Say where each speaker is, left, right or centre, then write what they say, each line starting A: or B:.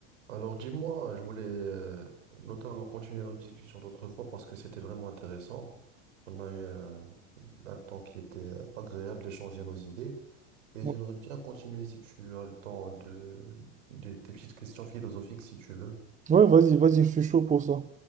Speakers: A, on the right (about 85°); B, on the right (about 20°).
A: Alors dis-moi, je voulais euh, notamment continuer notre discussion d'autrefois parce que c'était vraiment intéressant. On a eu un, un temps qui était euh, agréable d'échanger nos idées et
B: Ouais,
A: j'aimerais bien continuer si tu as le temps de, des tes petites questions philosophiques si tu veux.
B: Ouais, vas-y, vas-y, je suis chaud pour ça.